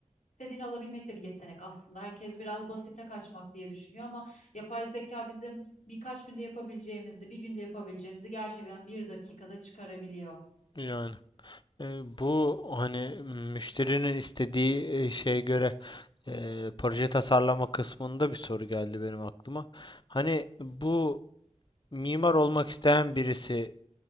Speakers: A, on the left (about 80°); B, on the left (about 40°).
A: İstediğini alabilmek de bir yetenek aslında. Herkes biraz basite kaçmak diye düşünüyor ama yapay zeka bizim birkaç günde yapabileceğimizi, bir günde yapabileceğimizi gerçekten bir dakikada çıkarabiliyor.
B: Yani. E, Bu hani müşterinin istediği e, şeye göre e, proje tasarlama kısmında bir soru geldi benim aklıma. Hani bu mimar olmak isteyen birisi